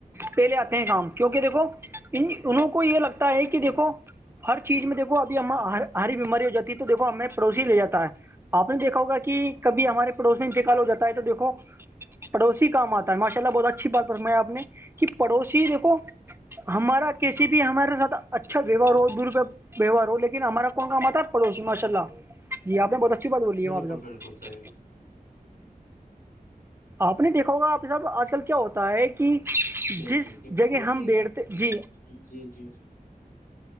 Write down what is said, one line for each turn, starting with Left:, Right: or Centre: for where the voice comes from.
Right: پہلے آتے ہیں کام کیونکہ دیکھو ان انوں کو یہ لگتا ہے کہ دیکھو ہر چیز میں دیکو ابھی ہم ہری بیماری ہو جاتی ہے تو دیکھو ہمیں پڑوسی لے جاتا ہے آپ نے دیکھا ہوگا کہ کبھی ہمارے پڑوس میں انتقال ہو جاتا ہے تو دیکھو پڑوسی کام آتا ہے ماشاء اللہ بہت اچھی بات فما ہے آپ نے کہ پڑوسی دیکھو ہمارا کسی بھی ہمارے ساتھ اچھا ویوار ہو دوروپہ ویوہار ہو لیکن ہمارا کون کام آتا پڑوسی ماشاء اللہ جی آپ نے بہت اچھی بات بولی
Left: بالکل
Right: ہےاںپاب
Left: بالکل صحیح
Right: آپ نے دیکھا ہوگا آپ صاحب آج کل کیا ہوتا ہے کہ
Left: دیکھیے
Right: جس
Left: کہ پڑوسی
Right: جگہ ہم بیٹھتے جی
Left: جی جی